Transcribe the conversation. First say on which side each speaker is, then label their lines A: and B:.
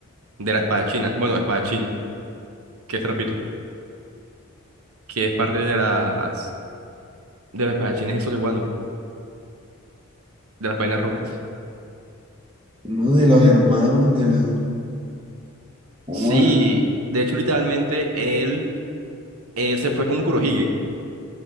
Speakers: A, on the right; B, on the right.
A: de la espadachina. Bueno, espadachín, que es trapito, que es parte de las de los espadachines esos de guano, de las vainas rojas.
B: Uno de los hermanos de la... Juan,
A: Sí, de hecho, literalmente él eh, se fue con Kurohige